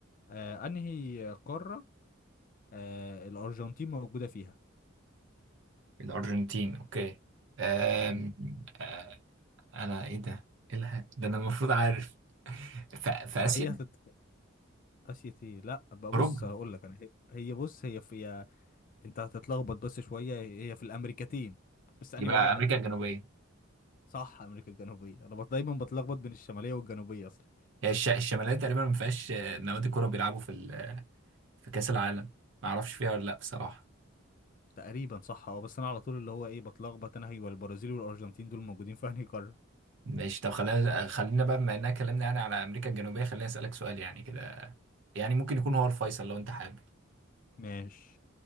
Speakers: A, on the left (about 40°); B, on the right (about 65°).
A: آه انهي قاره آه الارجنتين موجوده فيها
B: الأرجنتين أوكي أم...
A: مم.
B: أه، أنا إيه ده؟ إيه الها؟ ده أنا المفروض عارف ف... في
A: ما
B: آسيا؟
A: هي هتت... اسيا ايه لا بقى بص
B: أوروبا
A: هقول لك انا هي هي بص هي في انت هتتلخبط بس شوية هي في الامريكتين بس انهي
B: يبقى
A: واحدة
B: أمريكا الجنوبية
A: صح امريكا الجنوبية انا بط- دايما بتلخبط بين الشمالية والجنوبية اصلا
B: هي الش... الشمالية تقريبا ما فيهاش آه، نوادي كورة بيلعبوا في ال... آه، في كأس العالم ما أعرفش فيها ولا لأ بصراحة
A: تقريبا صح اه بس انا على طول اللي هو ايه بتلخبط انا هي والبرازيل والارجنتين دول موجودين في انهي قارة
B: ماشي طب خلينا خلينا بقى بما إننا اتكلمنا يعني على أمريكا الجنوبية خليني أسألك سؤال يعني كده يعني ممكن يكون هو الفيصل لو أنت حابب
A: ماشي